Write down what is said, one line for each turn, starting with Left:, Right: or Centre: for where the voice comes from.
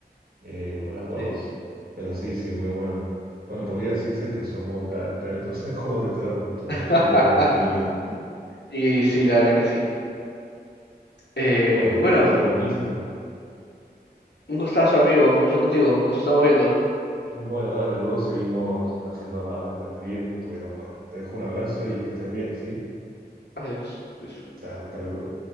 Right: eh, o la dos,
Left: Sí.
Right: pero sí, sí, muy bueno. Bueno, podría decirse que somos ya expertos en <laughs> Juegos de Tronos, estuvo,
Left: <laughs>
Right: estuvo buena la trivia.
Left: Y sí, la verdad que sí. Eh,
Right: Bueno,
Left: bueno,
Right: José, buenísimo.
Left: un gustazo, amigo, conversar contigo. Nos estamos viendo.
Right: Bueno, dale, luego seguimos haciendo más de estas trivias que estuvieron buenas. Te dejo un abrazo y que estés bien, ¿sí?
Left: Adiós. Luis.
Right: Dale, hasta luego.